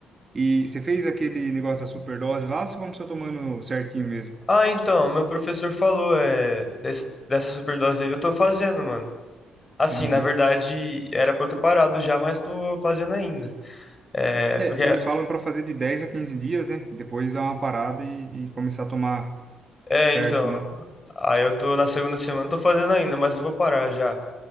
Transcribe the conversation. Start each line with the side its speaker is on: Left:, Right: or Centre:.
Right: E você fez aquele negócio da superdose lá ou você começou tomando certinho mesmo?
Left: Ah, então, meu professor falou é, des- dessa superdose aí. Eu tô fazendo, mano. Assim,
Right: Uhum.
Left: na verdade, era pra eu ter parado já, mas tô fazendo ainda. É,
Right: É,
Left: porque,
Right: eles falam pra fazer de 10 a 15 dias, né? Depois dar uma parada e, e começar a tomar
Left: é,
Right: certo,
Left: então,
Right: né?
Left: aí eu tô na segunda semana, tô fazendo ainda, mas eu vou parar já.